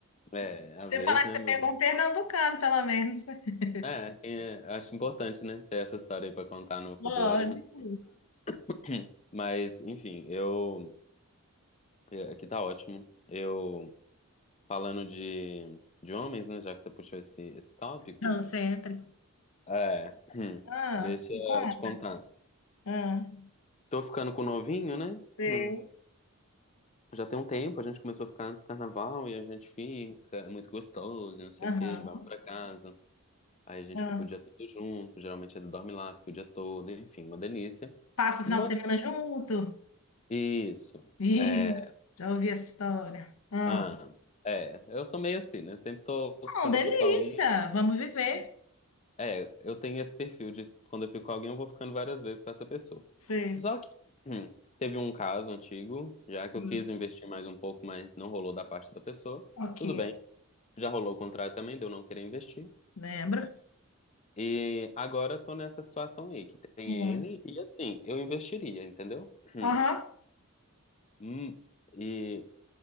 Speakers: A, on the left; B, on the left.
A: é, às
B: você
A: vezes,
B: falar
A: né,
B: que você
A: meu
B: pegou
A: bem?
B: um pernambucano, pelo menos. <laughs>
A: É, é, acho importante, né, ter essa história aí pra contar no
B: Lógico.
A: futuro. <clears throat> Mas, enfim, eu. eu- Aqui tá ótimo. Eu. Falando de, de homens, né, já que você puxou esse, esse tópico.
B: Não, sempre.
A: É, <clears throat>
B: Ah,
A: deixa
B: me conta.
A: eu te contar.
B: Ah,
A: Tô ficando com o novinho, né?
B: sei.
A: <clears throat> Já tem um tempo, a gente começou a ficar antes do carnaval e a gente fica, é muito gostoso, e não sei
B: Aham,
A: o que, ele vai pra casa. Aí a gente
B: ah.
A: fica o dia todo junto, geralmente ele dorme lá, fica o dia todo, enfim, uma delícia.
B: Passa o final
A: Mas
B: de semana junto.
A: isso.
B: Ih,
A: é,
B: já ouvi essa história. Ah,
A: Ah, é, eu sou meio assim, né? Sempre tô,
B: não,
A: quando
B: delícia.
A: eu fico com alguém,
B: Vamos viver.
A: é, eu tenho esse perfil de quando eu fico com alguém, eu vou ficando várias vezes com essa pessoa.
B: Sei.
A: Só que hum, teve um caso antigo, já que
B: Hum,
A: eu quis investir mais um pouco, mas não rolou da parte da pessoa.
B: ok.
A: Tudo bem, já rolou o contrário também, de eu não querer investir.
B: Lembro.
A: E agora eu tô nessa situação aí, que tem
B: Hum.
A: ele, e assim, eu investiria, entendeu? Hum.
B: Aham.
A: Hum, e